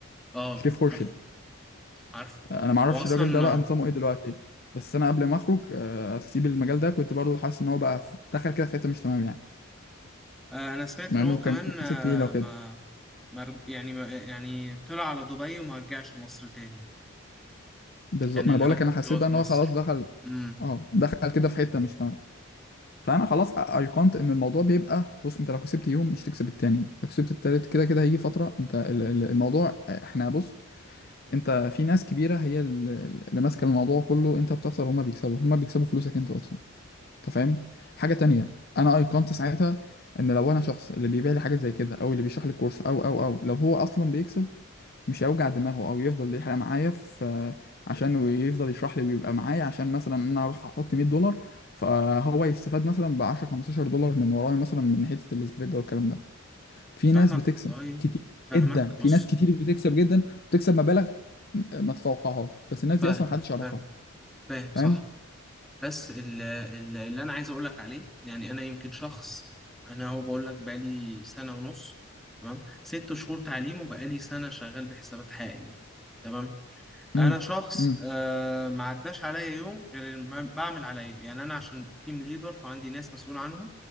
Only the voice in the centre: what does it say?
اه
عارف عارف
هو اصلا
آه، انا سمعت
ان
هو كمان
آه،
ما ما رج- يعني ما يعني طلع على دبي وما رجعش مصر تاني
كان
الاول
بيقعد
في
مصر
امم
فاهمك
والله
فاهمك
بص
فاهم
فاهم فاهم صح
بس ال- ال- اللي انا عايز اقول لك عليه يعني انا يمكن شخص انا هو بقول لك بقالي سنه ونص تمام ست شهور تعليم وبقالي سنه شغال بحسابات حقيقيه تمام
انا شخص
آه ما عداش عليا يوم غير ما بعمل عليا يعني انا عشان تيم ليدر وعندي ناس مسؤول عنهم